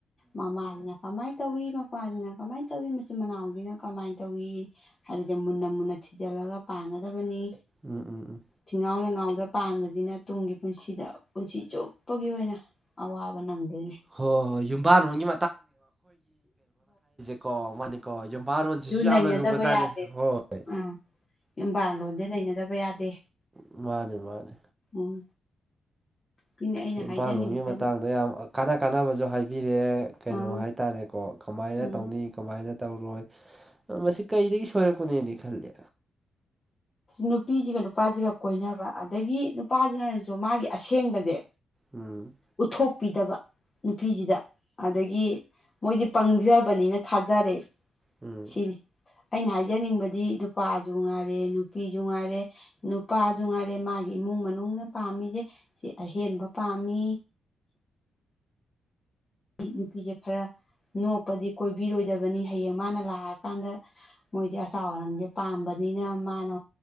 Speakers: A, on the left; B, on the right.
A: ꯃꯃꯥꯁꯤꯅ ꯀꯃꯥꯏꯅ ꯇꯧꯏꯤ ꯃꯄꯥꯗꯨꯅ ꯀꯃꯥꯏꯅ ꯇꯧꯏꯤ ꯃꯆꯤꯟ ꯃꯅꯥꯎꯒꯤꯅ ꯀꯃꯥꯏꯅ ꯇꯧꯏ ꯍꯥꯏꯕꯁꯦ ꯃꯨꯟꯅ ꯃꯨꯟꯅ ꯊꯤꯖꯤꯜꯂꯒ ꯄꯥꯡꯒꯗꯕꯅꯤ
B: ꯎꯝ ꯎꯝ ꯎꯝ
A: ꯊꯤꯡꯉꯥꯎ ꯂꯩꯉꯥꯎꯗ ꯄꯥꯟꯕꯁꯤꯅ ꯇꯨꯡꯒꯤ ꯄꯨꯟꯁꯤꯗ ꯄꯨꯟꯁꯤ ꯆꯨꯞꯄꯒꯤ ꯑꯣꯏꯅ ꯑ ꯋꯥꯕ ꯅꯒ
B: ꯍꯣꯏ ꯍꯣꯏ ꯌꯨꯝꯕꯥꯔꯣꯟꯒꯤ ꯀ ꯃꯥꯅꯤꯀꯣ ꯌꯨꯝꯄꯥꯔꯣꯟꯁꯤꯁꯨ ꯌꯥꯝꯅ
A: ꯅꯩꯅꯗꯕ
B: ꯂꯨꯕ ꯖꯥꯠꯅꯤ
A: ꯌꯥꯗꯦ
B: ꯍꯣꯏꯣꯏ
A: ꯎꯝ ꯌꯨꯝꯕꯥꯜ ꯂꯣꯟꯁꯦ ꯅꯩꯅꯗꯕ ꯌꯥꯗꯦ
B: ꯃꯥꯅꯦ ꯃꯥꯅꯦ
A: ꯎꯝ ꯁꯤꯅꯦ ꯑꯩꯅ ꯍꯥꯏꯖꯅꯤꯡꯕ
B: ꯏꯝꯐꯥꯜꯂꯣꯒꯤ
A: ꯍꯥꯏꯕꯨ
B: ꯃꯇꯥꯡꯗ ꯌꯥꯝ ꯀꯥꯟꯅ ꯀꯥꯟꯅꯕꯁꯨ ꯍꯥꯏꯕꯤꯔꯑꯦ ꯀꯩꯅꯣ
A: ꯑꯥ
B: ꯍꯥꯏꯇꯥꯔꯦꯀꯣ ꯀꯃꯥꯏꯅ
A: ꯎꯝ
B: ꯇꯧꯅꯤ ꯀꯃꯥꯏꯅ ꯇꯧꯔꯣꯏ ꯃꯁꯤ ꯀꯩꯗꯒꯤ ꯁꯣꯏꯔꯛꯄꯅꯦꯅ ꯈꯜꯂꯦ
A: ꯅꯨꯄꯤꯁꯤꯒ ꯅꯨꯄꯥꯁꯤꯒ ꯀꯣꯏꯅꯕ ꯑꯗꯒꯤ ꯅꯨꯄꯥꯁꯤꯅꯁꯨ ꯃꯥꯒꯤ ꯑꯁꯦꯡꯕꯁꯦ
B: ꯎꯝ
A: ꯎꯠꯊꯣꯛꯄꯤꯗꯕ ꯅꯨꯄꯤꯁꯤꯗ ꯑꯗꯒꯤ ꯃꯣꯏꯗꯤ ꯄꯪꯖꯕꯅꯤꯅ ꯊꯥꯖꯔꯦ
B: ꯎꯝ
A: ꯁꯤꯅꯤ ꯑꯩꯅ ꯍꯥꯏꯖꯅꯤꯡꯕꯗꯤ ꯅꯨꯄꯥꯁꯨ ꯉꯥꯏꯔꯦ ꯅꯨꯄꯤꯁꯨ ꯉꯥꯏꯔꯦ ꯅꯨꯄꯥ ꯉꯥꯏꯔꯦ ꯃꯥꯒꯤ ꯏꯃꯨꯡ ꯃꯅꯨꯡꯅ ꯄꯥꯝꯃꯤꯁꯦ ꯁꯤ ꯑꯍꯦꯟꯕ ꯄꯥꯝꯃꯤ ꯅꯨꯄꯤꯁꯦ ꯈꯔ ꯅꯣꯛꯞꯄꯗꯤ ꯀꯣꯏꯕꯤꯔꯣꯏꯗꯕꯅꯤ ꯍꯌꯦꯡ ꯃꯥꯅ ꯂꯥꯛꯑꯀꯥꯟꯗ ꯃꯣꯏꯗꯤ ꯑꯆꯥ ꯑꯔꯥꯡꯁꯦ ꯄꯥꯝꯕꯅꯤꯅ ꯃꯥꯅ